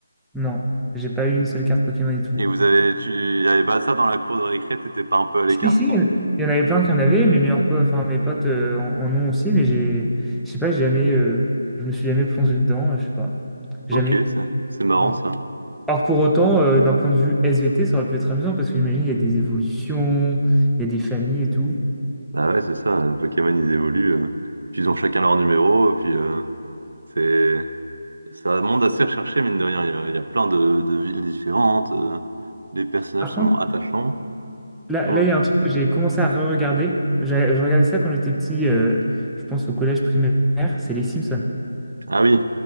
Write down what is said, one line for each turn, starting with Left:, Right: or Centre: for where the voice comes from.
Centre: Non, j'ai pas eu une seule carte Pokémon et tout.
Right: Et vous avez, tu, y avait pas ça dans la cour de récré, t'étais pas un peu à l'écart?
Centre: Si, si, Il y en avait plein qui en avaient, mes meilleurs potes, enfin mes potes euh, en, en ont aussi, mais j'ai, je sais pas, j'ai jamais, euh, je me suis jamais plongé dedans, euh, je sais pas, jamais.
Right: Ok, ça- c'est marrant
Centre: Non.
Right: ça.
Centre: Alors pour autant, euh, d'un point de vue SVT, ça aurait pu être amusant parce que j'imagine il y a des évolutions, il y a des familles et tout.
Right: Bah ouais, c'est ça, les Pokémon ils évoluent, euh, puis ils ont chacun leur numéro, puis euh, c'est c'est un monde assez recherché, mine de rien. Il y a, il y a plein de, de villes différentes, euh, les personnages
Centre: Par
Right: sont
Centre: contre,
Right: attachants.
Centre: là,
Right: Hmm.
Centre: là il y a un truc que j'ai commencé à re-regarder. J'ai- Je regardais ça quand j'étais petit, euh, je pense au collège primaire, c'est les Simpsons.
Right: Ah oui,